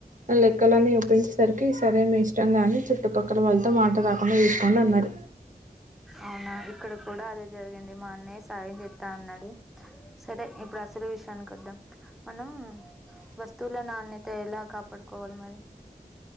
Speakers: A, on the right; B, in the centre.
A: అ లెక్కలనే ఉ పోయి సరికి ఈ సరే మీ ఇష్టం గాని ఇట్టు పక్కల వెళ్ళతో మాట రాకుండ చూసుకోండి అన్నారు
B: అవునా ఇక్కడ కూడా అదే జరిగింది మా అన్నయ్య సాయం తెత్త అన్నడు సరే ఇప్పుడు అసలు విషయానికి కద్దాం మనం వస్తువుల నాణ్యత ఎలా కాపాడుకోవాలి మరి